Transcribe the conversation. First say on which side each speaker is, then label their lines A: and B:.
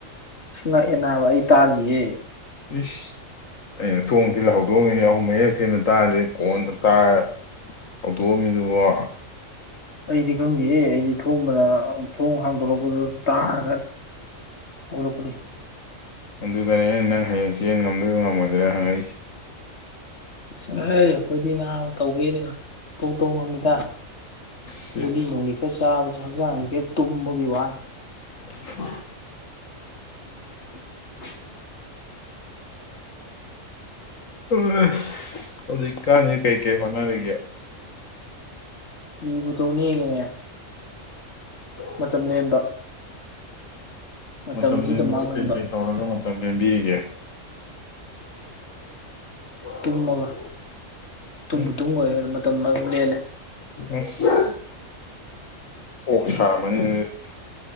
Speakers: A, on the left (about 55°); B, on the left (about 75°).
A: ꯉꯛꯑꯦꯅꯥꯕ ꯑꯩ ꯇꯥꯗꯦꯍꯦ
B: ꯏꯁꯁ ꯑꯩꯅ ꯊꯣꯡ ꯊꯤꯜꯂ ꯍꯧꯗꯣꯛꯑꯝꯃꯤꯅꯤ ꯑꯍꯨꯝ ꯃꯔꯤꯔꯛ ꯊꯤꯟꯕ ꯇꯥꯔꯗꯤ ꯀꯣꯟꯅ ꯇꯥ ꯍꯧꯗꯣꯛꯑꯝꯃꯤꯗꯨꯕ
A: ꯑꯩꯗꯤ ꯈꯪꯗꯦꯍꯦ ꯑꯩꯗꯤ ꯊꯣꯝꯕꯅ ꯊꯣꯡ ꯍꯥꯡꯗꯣꯔꯛꯄꯗꯨ ꯇꯥꯔꯒ ꯍꯧꯒꯠꯂꯛꯄꯅꯤ
B: ꯑꯗꯨꯗꯅꯤ ꯑꯩꯅ ꯅꯪ ꯍꯌꯦꯡ ꯆꯦꯟ ꯉꯝꯗꯔꯣꯏꯅ ꯉꯝꯃꯣꯏꯗ꯭ꯔꯦ ꯍꯪꯉꯛꯏꯁꯦ
A: ꯆꯠꯂꯍꯩ ꯅꯥꯕ ꯇꯧꯒꯦꯗꯤ ꯑꯗꯨꯝ ꯇꯣꯛ ꯇꯧ ꯉꯝꯃꯤꯗ
B: ꯁꯤ
A: ꯒꯨꯂꯤ ꯅꯨꯡꯂꯤ ꯈꯔ ꯆꯥꯕ ꯍꯛꯆꯥꯡꯁꯦ ꯇꯨꯝꯕꯒꯤ ꯋꯥꯅꯤ
B: <inaudible>
A: <inaudible>
B: ꯑ ꯍꯧꯖꯤꯛ ꯀꯥꯟꯖꯤ ꯀꯩꯀꯩ ꯍꯣꯠꯅꯔꯤꯒꯦ
A: ꯀꯩꯕꯨ ꯇꯧꯅꯤꯒꯦꯅꯦ ꯃꯇꯝ ꯂꯦꯟꯕ ꯃꯇꯝꯁꯤꯗ
B: ꯃꯇꯝ ꯂꯦꯟꯕꯁꯤ
A: ꯃꯥꯡꯍꯟꯕ
B: ꯀꯩꯀꯩ ꯇꯧꯔꯒ ꯃꯇꯝ ꯂꯦꯝꯕꯤꯔꯤꯒꯦ <inaudible>
A: ꯇꯨꯝꯃꯒ ꯇꯨꯝꯕꯨ
B: ꯎꯝ
A: ꯇꯨꯝꯒ꯭ꯔꯗꯤ ꯑꯗꯨꯝ ꯇꯨꯝꯃꯒ ꯂꯦꯜꯂꯦ
B: ꯑꯁ ꯑꯣ ꯁꯥꯔꯝꯃꯅꯤ ꯑꯗꯨꯗꯤ